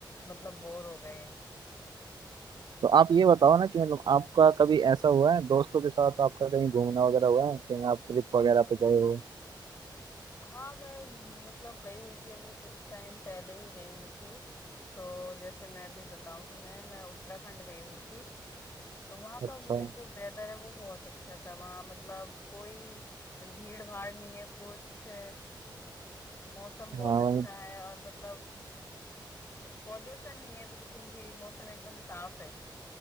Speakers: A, on the left; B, on the right.
A: मतलब बोर हो गए हैं
B: तो आप ये बताओ ना कि मतलब आपका कभी ऐसा हुआ है दोस्तों के साथ आपका कहीं घूमना वगैरह हुआ है कहीं आप ट्रिप वगैरह पे गए हो
A: हाँ मैं हम्म, मतलब गई हुई थी अभी कुछ टाइम पहले ही गई हुई थी तो जैसे मैं अभी बताऊं तुम्हें मैं उत्तराखंड गई हुई थी तो वहाँ
B: अच्छा
A: का मुझे जो वेदर है वो बहुत अच्छा था वहाँ मतलब कोई भीड़ भाड़ नहीं है कुछ है, मौसम बहुत
B: हाँ
A: अच्छा
B: वही
A: है और मतलब पॉल्यूशन नहीं है बिल्कुल भी मौसम एकदम साफ है